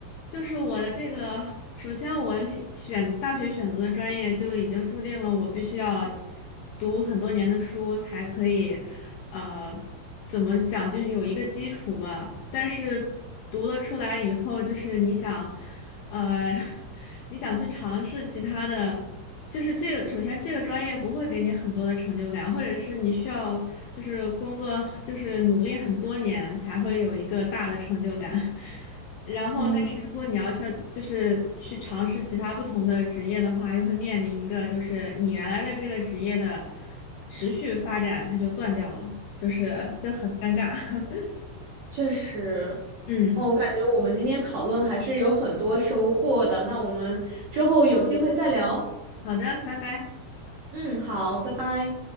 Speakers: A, on the left; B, on the right.
A: 就是我的这个，首先我选大学选择的专业就已经注定了我必须要读很多年的书才可以，呃，怎么讲，就是有一个基础吧。但是读了出来以后，就是你想，呃，<laughs> 你想去尝试其他的。就是这个，首先这个专业不会给你很多的成就感，或者是你需要就是工作就是努力很多年才会有一个大的成就感。<laughs> 然后，
B: 嗯，
A: 但是如果你要是就是去尝试其他不同的职业的话，又会面临一个就是你原来的这个职业的持续发展它就断掉了，就是就很尴尬。<laughs>
B: 确实。
A: 嗯，
B: 哦，我感觉我们今天讨论还是有很多收获的。那我们之后有机会再聊。
A: 好的，拜拜。
B: 嗯，好，拜拜。